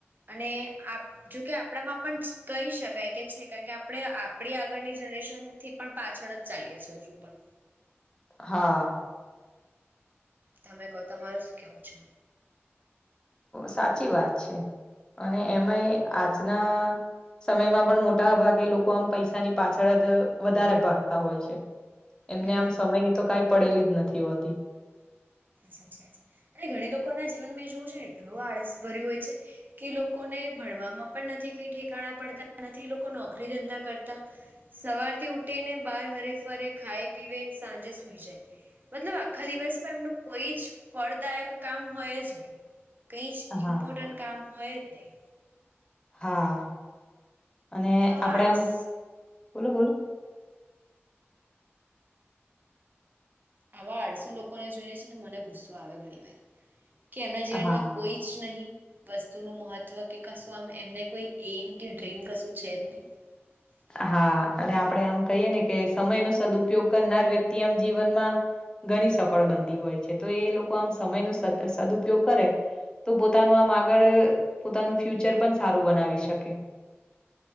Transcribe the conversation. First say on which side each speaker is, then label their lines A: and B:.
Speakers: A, on the right; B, on the left.
A: અને આપ જોકે આપણામાં પણ કહી શકાય કે છે કારણ કે આપણે આપડી આગળની જનરેશન થી પણ પાછળ જ ચાલીએ છી હજુ પણ
B: હા
A: તમે કહો તમારે શું કેવું છે
B: સાચી વાત છે અને એમાં આજના સમયમાં પણ મોટા ભાગે લોકો આમ પૈસાની પાછળ જ વધારે ભાગતા હોય છે એમને
A: હમ
B: આમ સમયની તો કઈ પડેલી જ નથી હોતી
A: સાચ અને ઘણી લોકો ના જીવન મે જોવું છે ને એટલું આળસ ભર્યું હોય છે કે લોકોને ભણવામાં પણ નથી કઈ ઠેકાણા પડતા નથી લોકો નોકરી ધંધા કરતા સવારથી ઉઠી ને બહાર હરે ફરે ખાઈાય પીવે સાંજે સુઈ જાય મતલબ આખા દિવસમાં એમનું કોઈ જ ફળદાયક કામ હોય જ નહી કઈ જ
B: હા
A: ઇમ્પોર્ટન્ટ કામ હોય જ નહીિ
B: હા અને
A: તો આવા
B: આપડે
A: આળસ
B: એમ બોલો બોલો
A: આવા આઠસો લોકોને જોઈને છે ને મને ગુસ્સો આવે ઘણી વાર કે એમના જીવનમાં
B: હા
A: કોઈ જ જ નહી વસ્તુ નું મહત્વ કે કશું આમ એમને કોઈ એમ કે ડ્રીમ કશું છે જ નહી હ
B: હા અને આપડે આમ કહીએ ને કે સમય નો સદપયોગ કરનાર વ્યક્તિ આમ જીવનમાં ઘણી સફળ બનતી હોય છે તો એ લોકો આમ સમય ન સદુપયોગ કરે તો પોતાનું આમ આગળ પોતાનું ફ્યુચર પણ સારું બનાવી શકે